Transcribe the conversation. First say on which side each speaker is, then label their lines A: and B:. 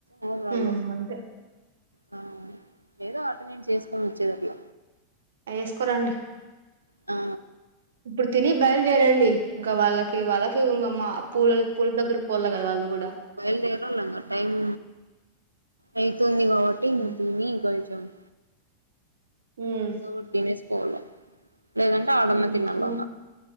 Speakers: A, on the right (about 85°); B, on the right (about 65°).
A: ఏం ప్రాబ్లం
B: ఉమ్ అంతే
A: ఆ ఏదో ఆట నేను చేసుకొని వచ్చేదట్ల
B: ఏస్కోరండి
A: ఆ
B: ఇప్పుడు తిని బయలుదేరండి ఇంక వాళ్ళకి వాళ్ళకి ఇ మా పూలల పూల దగ్గర పోవాల కద వాళ్ళు కూడ
A: బయల్దేరాల ఇంగ టైమ్ అయితుంది కాబట్టి న
B: ఉమ్
A: తిని తినడం ఇగ ఉమ్
B: ఉమ్
A: నేను కూడ తినేసి పోవాల లేదంటే ఆడన్నా
B: ఉహు
A: తినాల